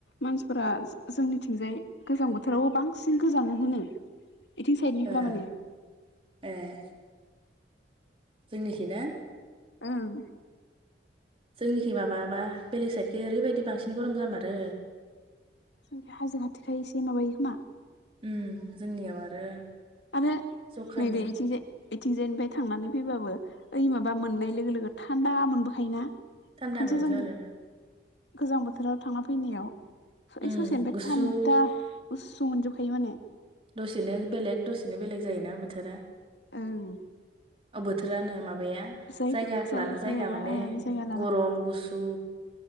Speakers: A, on the left (about 75°); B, on the right (about 30°).
A: मानसिफोरा जो-जोंनिथिंजाय गोजां बोथोरावबो बांसिन गोजाङो होनो? बिथिं साइडनिफ्रा
B: एह
A: माने
B: एह। जोंनिखि ना?
A: ओं।
B: जोंनिखै माबाबा बेलेग साइडखै ओरैबायदि बांसिन गरम जामारो।
A: जोंखै हाजो खाथिखाय एसे माबायो खोमा।
B: उम जोंनियाव आरो
A: आरो
B: जखानि
A: नै दै इथिंजाय इथिंजायनिफाय थांनानै फैबाबो ओइ माबा मोननाय लोगो लोगो थान्दा मोनबोखायोना?
B: थान्दा
A: खनसे
B: मोनोथ'
A: जों
B: आरो
A: गोजां बोथोराव थांना फैनायाव स ओइ
B: उम
A: ससेनिफाय
B: गुसु
A: थान्दा गुस्सु मोनजोबखायो माने।
B: दसेनो बेलेग दसेनो बेलेग जायोना बोथोरा?
A: ओं
B: अ बोथो रानो माबाया
A: जाय
B: जायगाखो
A: जायगाया
B: लाना जायगा माने
A: जायगा
B: गरम गुसु